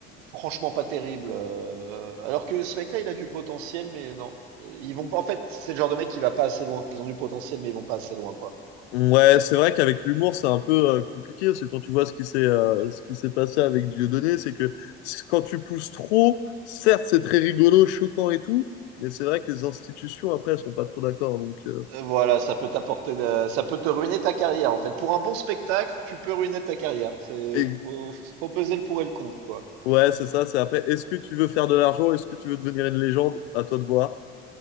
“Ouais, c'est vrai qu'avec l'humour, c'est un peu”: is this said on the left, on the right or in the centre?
Left